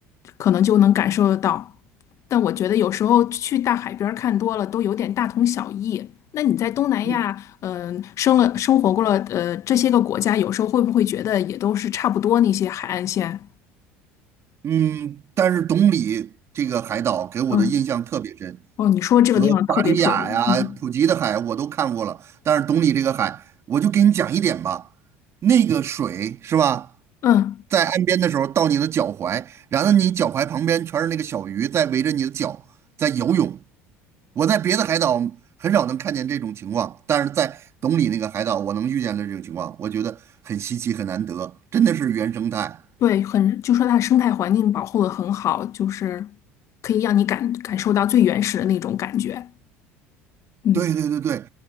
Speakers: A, on the left (about 50°); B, on the right (about 45°).
A: 可能就能感受得到。但我觉得有时候去大海边儿看多了，都有点大同小异。那你在东南亚，
B: 嗯
A: 嗯、生了生活过了，呃，这些个国家，有时候会不会觉得也都是差不多那些海岸线？
B: 嗯，但是董里这个海岛给我的印象特别深，
A: 嗯，哦，你说这个地方特别特别，
B: 和巴里雅呀、
A: 嗯
B: 普吉的海我都看过了，但是董里这个海，我就给你讲一点吧，那个水是吧，
A: 嗯。
B: 在岸边的时候到你的脚踝，然后你脚踝旁边全是那个小鱼在围着你的脚在游泳。我在别的海岛很少能看见这种情况，但是在董里那个海岛，我能遇见的这种情况，我觉得很稀奇，很难得，真的是原生态。
A: 对，很，就说它的生态环境保护的很好，就是可以让你感感受到最原始的那种感觉。嗯，
B: 对对对对，